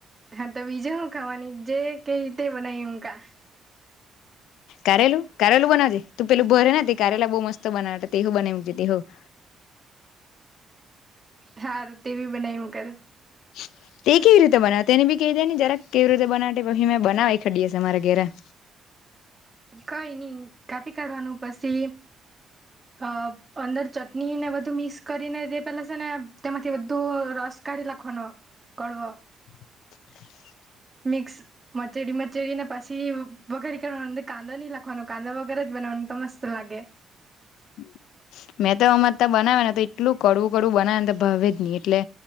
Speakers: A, on the right; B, on the left.
A: હા તો બીજુ હું ખાવાની જે કેઈ તે બનાવી મુકા.
B: કારેલું કારેલું બનાવજે તું પેલું ભરે તે કારેલા બહુ મસ્ત બનાવે તે હો બનાવી મુક જે તે હો. <inaudible>
A: હાર તે બી બનાવી મુ કરે.
B: <inaudible> તે કેવી રીતે બનાવે તેને બી કહી દે ને જરાક કેવી રીતે બનાવ પછી મે બનાવ એકાદ દિવસ મારા ઘરે. <unintelligible>
A: કઈ ની કાપી કાઢવાનું પછી અ અંદર ચટણી ને બધું મિક્સ કરીને તે પેલા છે ને તેમાંથી બધું રસ કાડી લાખવાનો કડવો.
B: <inaudible>
A: મિક્સ મચેડી મચેડી ને પછી વગારી કાડવાનો અદર કાંદો નહી લખવાનો કાંદો વગેર જ. બના તો મસ્ત લાગે.
B: <unintelligible> મેં તો અમર બનાવે ને તો એટલું કડવું કડવું બનાવે ને તો ભાવે જ નહી એટલે